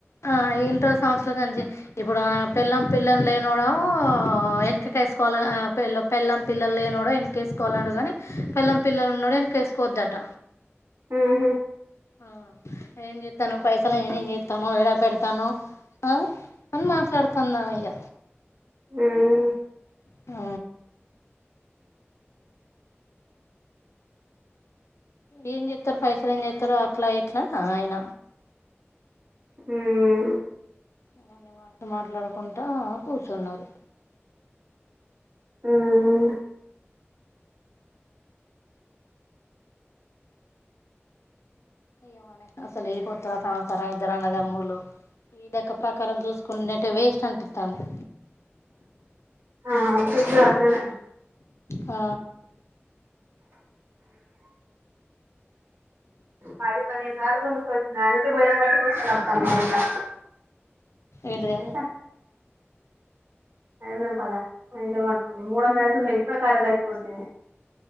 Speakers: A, on the left; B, on the right.
A: ఆ ఏంటో సం తూదంజే ఇప్పుడు ఆ పెళ్లం పిల్లలు లేనోడొ వెనకకు వేసుకోవాలి ఆ పెళ్ళాం పెళ్ల్లం పిల్లలు లేనోడ వెనక వేసుకోవాల కానీ పెళ్ల్లం పిల్లలున్నడ వెనక వేసుకోవద్దట
B: హ్మ్ హు
A: ఆ ఏం జేత్తాను పైసలు నేనేం జేత్తాను ఎడా పెడతాను ఆ అని మాట్లాడతాందా ఆమె ఇగ
B: హ్మ్
A: ఆ ఏం జేత్తారు పైసలు ఏం జేత్తారు అట్లా ఇట్ల ఆయన
B: హ్మ్
A: ఇంగ అన్ని మాటలు మాట్లాడకుంటా కూర్చున్నారు
B: హ్మ్
A: ఏమోనే అసలు ఈ పొత్తుల సంసారా ఇద్దరన్నదమ్మూలు ఈ లెక్క ప్రకారం చూసుకుంటున్నట్టే వేస్ట్ అనిపిత్తాంది.
B: ఆ అనిపిత్తది అట్లనే
A: ఆ
B: పది పదిహేను గుంజుకు వచ్చిన అందుకే మేడ పెట్టికుచ్చనారు మా ఇంట్లా
A: ఏంటిదే
B: ఎంత ఐదు వందల పద మ ప మూడు వందల అయితేందియి ఇప్పుడే కార్యదర్శి వచ్చింది